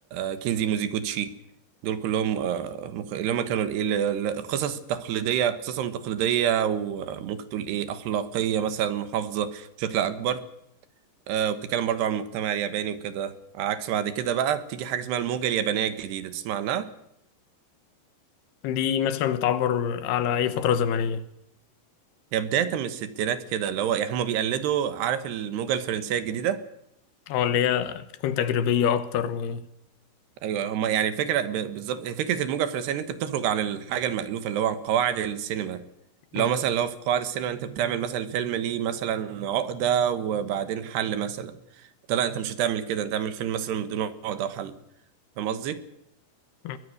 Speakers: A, on the right (about 75°); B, on the left (about 75°).
A: آه، كينزي موزيجوتشي دول كلهم آه، مخ... اللي هم كانوا الايه ال- ال- القصص التقليدية قصصهم تقليدية وممكن تقول ايه اخلاقية مثلا محافظة بشكل اكبر آه، وبتتكلم برضو عن المجتمع الياباني وكده عكس بعد كده بقى بتيجي حاجة اسمها الموجة اليابانية الجديدة تسمع عنها
B: دي مثلا بتعبر على أي فترة زمنية
A: هي بداية من الستينات كده اللي هو يعني هما بيقلدوا عارف الموجة الفرنسية الجديدة
B: أو اللي هي بتكون تجريبية أكتر و
A: ايوه هما يعني الفكرة ب- بالظبط فكرة الموجة الفرنسية ان انت بتخرج عن الحاجة المألوفة اللي هو عن قواعد السينما
B: م-
A: لو مثلا لو في قواعد السينما انت بتعمل مثلا الفيلم ليه مثلا عقدة وبعدين حل مثلا انت لا انت مش هتعمل كده انت تعمل فيلم مثلا بدون عقدة وحل فاهم قصدي؟
B: م.